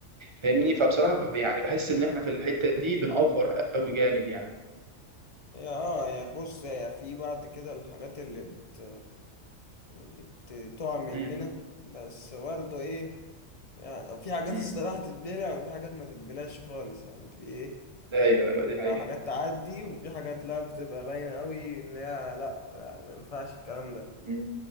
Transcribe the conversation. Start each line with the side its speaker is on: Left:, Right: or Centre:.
Right: فاهمني فبصراحه ب- يعني بحس ان احنا في الحته دي بنأفور قوي جامد يعني
Left: هي اه يا بص يا في بعد كده الحاجات اللي بت اللي بت- بتقع مننا
Right: امم
Left: بس برضه إيه يعني في حاجات
Right: امم
Left: الصراحة تتبلع وفي حاجات ما تتبلعش خالص يعني في إيه
Right: ايوه ايوه دي حقيقه
Left: حاجات تعدي وفي حاجات لا بتبقى باينة قوي ان هي لا يعني ما ينفعش الكلام ده
Right: مم.